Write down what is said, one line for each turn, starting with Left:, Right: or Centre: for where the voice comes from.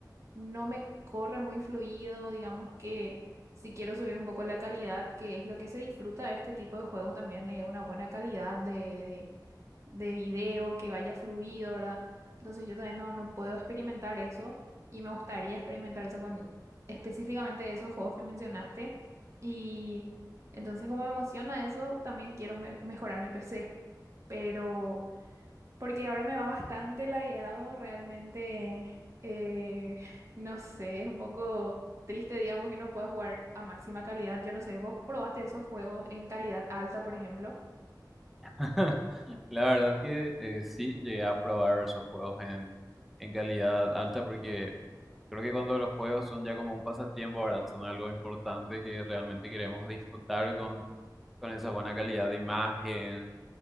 Right: no me corre muy fluido, digamos que si quiero subir un poco la calidad, que es lo que se disfruta de este tipo de juegos también, eh, una buena calidad de, de video que vaya fluido, ¿verdad? Entonces yo todavía no, no puedo experimentar eso y me gustaría experimentar eso con específicamente esos juegos que mencionaste. Y entonces como me emociona eso, también quiero me- mejorar mi PC, pero porque ahora me va bastante lagueado, realmente, eh, <laughs> no sé, es un poco triste, digamos, que no pueda jugar a máxima calidad. Yo no sé, ¿vos probaste esos juegos en calidad alta, por ejemplo?
Centre: <laughs> La verdad que eh, sí llegué a probar esos juegos en, en calidad alta porque creo que cuando los juegos son ya como un pasatiempo, ¿verdad? Son algo importante que realmente queremos disfrutar con, con esa buena calidad de imagen,